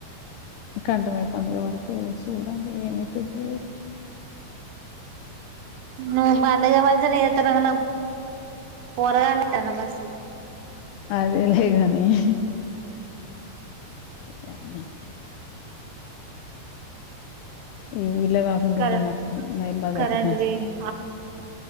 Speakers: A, on the left; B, on the right.
A: కంటమ పండుగ వరకు చూడాలి ఏమవుతాదొ
B: నువు బండగ వాజనే ఏతుమనవు పోరగాళ్ల ఎనగొస్తాది
A: అదేలేగానీ నీ యామ్మ‍‌ <unintelligible> వీల్లె కాకుండా
B: కర
A: ఉంటే మంచిగుండు మీబాడె
B: కరెంట్
A: అయితే మంచి
B: పోయింది